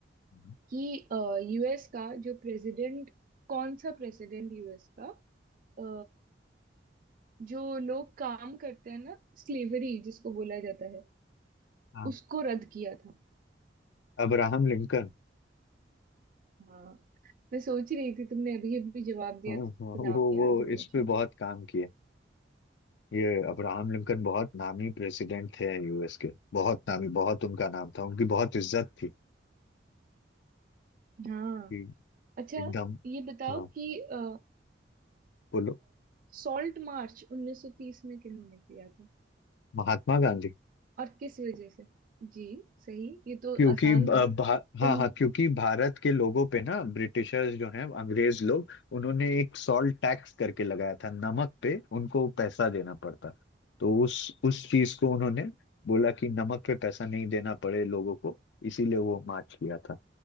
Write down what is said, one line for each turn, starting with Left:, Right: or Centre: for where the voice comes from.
Left: का
Right: कि यूएस का जो प्रेसिडेंट कौन सा प्रेसिडेंट यूएस का अ, जो लोग काम करते हैं ना स्लेवरी जिसको बोला जाता है
Left: हाँ
Right: उसको रद्द किया था
Left: Abraham Lincoln
Right: हाँ मैं सोच रही थी तुमने अभी अभी जवाब दिया
Left: हाँ हाँ
Right: था तो नाम
Left: वो
Right: याद
Left: वो
Right: होना
Left: इस
Right: चाहिए
Left: पे बहुत काम किया ये अब्राहम लिंकन बहुत नामी प्रेसिडेंट थे यूएस के बहुत नामी बहुत उनका नाम था उनकी बहुत इज्जत थी
Right: <laughs> हाँ
Left: कि
Right: अच्छा
Left: एकदम
Right: ये बताओ
Left: हाँ
Right: कि अ,
Left: बोलो
Right: सॉल्ट मार्च 1930 में किन्होंने किया था
Left: महात्मा गांधी
Right: और किस वजह से जी सही ये तो
Left: क्योंकि
Right: आसान
Left: ब-
Right: था
Left: भा, हाँ
Right: तुम
Left: हाँ क्योंकि भारत के लोगों पे ना ब्रिटिशर्स जो हैं अंग्रेज लोग उन्होंने एक सॉल्ट टैक्स करके लगाया था नमक पे उनको पैसा देना पड़ता तो उस उस चीज को उन्होंने बोला कि नमक पे पैसा नहीं देना पड़े लोगों को इसीलिए वो मार्च किया था